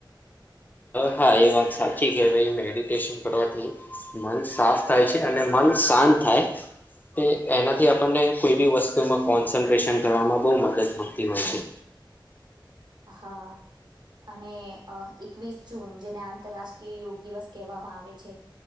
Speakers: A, on the left; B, on the right.
A: હા એ વાત સાચી કે ભાઈ મેડિટેશન કરવાથી મન સાફ થાય છે અને મન શાંત થાય તે એનાથી આપણને કોઈ બી વસ્તુમાં કોન્સન્ટ્રેશન કરવામાં બહુ મદદ મળતી હોય છે
B: હા અને એકવીસ જૂન જેને આંતરરાષ્ટ્રીય યોગ દિવસ કહેવામાં આવે છે